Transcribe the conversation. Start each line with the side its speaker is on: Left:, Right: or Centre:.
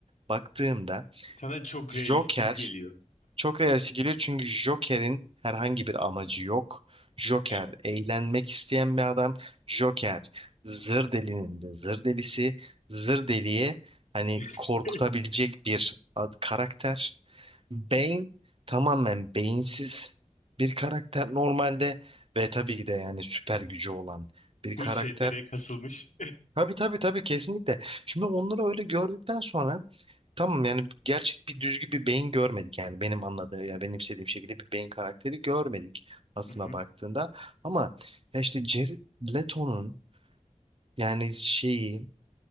Right: baktığımda
Left: Sana çok
Right: Joker
Left: realistik geliyor.
Right: çok realistik geliyor çünkü Joker'in herhangi bir amacı yok. Joker
Left: Evet.
Right: eğlenmek isteyen bir adam. Joker zır delinin de zır delisi. Zır deliye hani
Left: <laughs>
Right: korkutabilecek bir ad- karakter. Bane tamamen beyinsiz bir karakter normalde ve tabii ki de yani süper gücü olan bir karakter.
Left: Bu STR'ye kasılmış.
Right: Tabii tabii tabii kesinlikle. Şimdi onları öyle gördükten sonra Tamam yani gerçek bir düzgün bir beyin görmedik yani benim anladığım ya benim istediğim şekilde bir beyin karakteri görmedik aslına
Left: <laughs> Hı hı.
Right: baktığında ama ya işte Jared Leto'nun yani şeyi